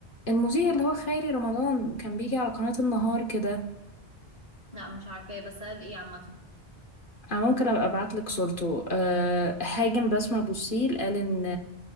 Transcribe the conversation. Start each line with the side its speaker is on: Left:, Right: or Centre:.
Left: المذيع اللي هو خيري رمضان كان بيجي على قناة النهار كده
Right: لا مش عارفاه بس قال ايه عامه
Left: انا ممكن ابقى ابعت لك صورته أه هاجم بسمة بوسيل قال ان